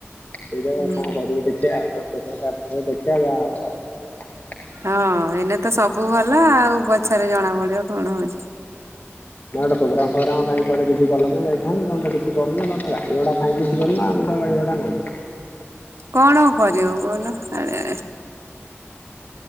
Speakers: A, on the left (about 45°); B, on the right (about 75°).
A: ସେଇଟା
B: ହୁଁ।
A: କଣ କରିବୁ ଦେଖିଆ ତ ଟା ଦେଖିଆ ଆଉ ଯାହା ହବ।
B: ହଁ ଏଇନେ ତ ସବୁ ଭଲ ଆଉ ପଛରେ ଜଣା ପଡିବ କଣ ହଉଛି?
A: ନାଁ ଗୋଟେ ପ୍ରୋଗ୍ରାମ ଫ୍ର କାଇଁ କୁଆଡେ କିଛି କଲନି ଯାଇଥାନ୍ତ ତମେ କିଛି କରୁନ ତମର ଗାଡ଼ି ଘୋଡ଼ା ଥାଇକି କିଛି କରୁନ ଆଉ। ଗାଡ଼ି ଘୋଡ଼ା ନାହିଁ।
B: କଣ ଆଉ କରିବୁ କହୁନ ଆରେ